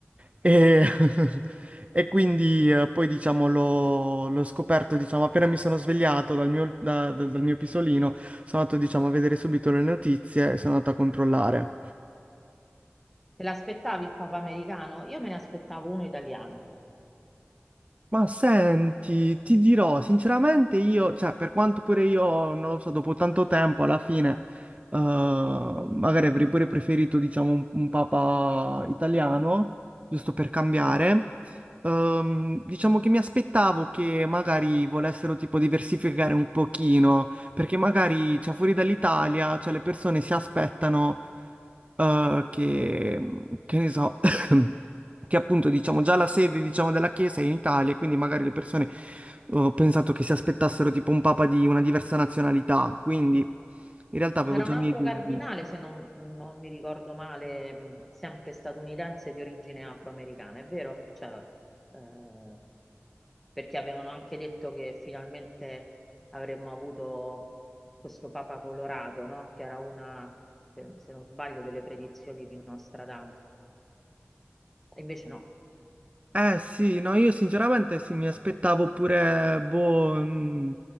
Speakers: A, on the right (about 30°); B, in the centre.
A: e, <laughs> e quindi eh, poi, diciamo, l'ho l'ho scoperto, diciamo, appena mi sono svegliato dal mio, da- da- dal mio pisolino, sono andato, diciamo, a vedere subito le notizie e sono andato a controllare.
B: Te l'aspettavi il Papa americano? Io me ne aspettavo uno italiano.
A: Ma senti, ti dirò, sinceramente io, cioè, per quanto pure io, non lo so, dopo tanto tempo, alla fine, eh, magari avrei pure preferito, diciamo, un, un papa italiano, giusto per cambiare. Ehm, diciamo che mi aspettavo che magari volessero, tipo, diversificare un pochino, perché magari, cioè, fuori dall'Italia, cioè, le persone si aspettano eh, che, che ne so, <coughs> che appunto diciamo già la sede diciamo, della Chiesa è in Italia, e quindi magari le persone eh, ho pensato che si aspettassero tipo un papa di una diversa nazionalità, quindi in realtà avevo
B: C'era
A: già
B: un
A: i
B: altro
A: miei dubbi.
B: cardinale, se non, non mi ricordo male, mh, sempre statunitense di origine afroamericana, è vero? Cioè, eh, perché avevano anche detto che finalmente avremmo avuto questo Papa colorato, no? Che era una, se se non sbaglio, delle predizioni di Nostradamus. E invece no.
A: Eh sì, no, io sinceramente sì, mi aspettavo pure, boh, mm,